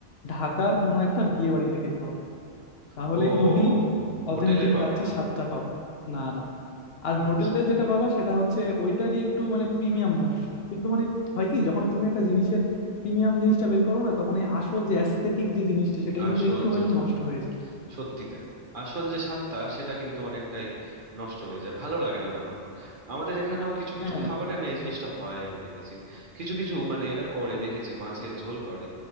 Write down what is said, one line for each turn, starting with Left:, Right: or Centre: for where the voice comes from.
Left: ঢাকার কোনো একটা বিয়ে বাড়িতে খেতে হবে তাহলেই
Right: ও
Left: তুমি অথেন্টিক
Right: হোটেলে পাবো
Left: কাচ্চি
Right: না
Left: স্বাদটা পাবা না না আর
Right: আচ্ছা
Left: হোটেলে যেটা পাবা সেটা হচ্ছে ওইটারই একটু মানে প্রিমিয়াম ভার্সন কিন্তু মানে হয় কি যখন তুমি একটা জিনিসের প্রিমিয়াম জিনিসটা বের করো না তখন এই আসল যে অ্যাস্থেটিক যে জিনিসটা সেটা কিন্তু
Right: আসল
Left: একটু হইলেও
Right: যেটা
Left: নষ্ট হয়ে যায়
Right: সত্যি তাই আসল যে স্বাদটা সেটা কিন্তু অনেকটাই নষ্ট হয়ে যায় ভালো লাগে না তখন আমাদের এখানেও কিছু কিছু
Left: হ্যাঁ
Right: খাবারে না এই জিনিসটা হয় আমি দেখেছি কিছু কিছু মানে এরা করে দেখেছি মাছের ঝোল করে